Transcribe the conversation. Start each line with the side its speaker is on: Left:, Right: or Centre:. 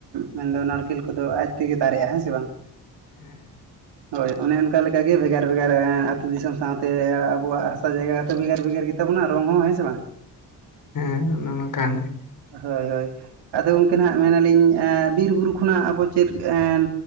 Right: ᱢᱮᱱᱫᱚ ᱱᱟᱲᱠᱮᱞ ᱠᱚᱫᱚ ᱟᱡ ᱛᱮᱜᱮ ᱫᱟᱨᱮᱜᱼᱟ ᱦᱮᱸ ᱥᱮ ᱵᱟᱝ᱾
Left: ᱦᱮᱸ᱾
Right: ᱦᱳᱭ ᱚᱱᱮ ᱚᱱᱠᱟ ᱞᱮᱠᱟ ᱜᱮ ᱮ ᱵᱷᱮᱜᱟᱨ ᱵᱷᱮᱜᱟᱨ ᱟᱹᱛᱩ ᱫᱤᱥᱚᱢ ᱥᱟᱶᱛᱮ ᱟᱵᱚᱣᱟᱜ ᱦᱟᱥᱟ ᱡᱟᱭᱜᱟ ᱦᱚᱸᱛᱚ ᱵᱷᱮᱜᱟᱨ ᱵᱷᱮᱜᱟᱨ ᱜᱮ ᱛᱟᱵᱚᱱᱟ ᱨᱚᱝ ᱦᱚᱸ, ᱦᱮᱸ ᱥᱮ ᱵᱟᱝ?
Left: ᱦᱮᱸ ᱚᱱᱟ ᱢᱟ ᱠᱟᱱ ᱜᱮ᱾
Right: ᱦᱳᱭ ᱦᱳᱭ, ᱟᱫᱚ ᱜᱚᱝᱠᱮ ᱱᱟᱦᱱᱟᱜ ᱢᱮᱱᱟᱞᱤᱧ ᱮᱸ ᱵᱤᱨ ᱵᱩᱨᱩ ᱠᱷᱚᱱᱟᱜ ᱟᱵᱚ ᱪᱮᱫ ᱮᱸ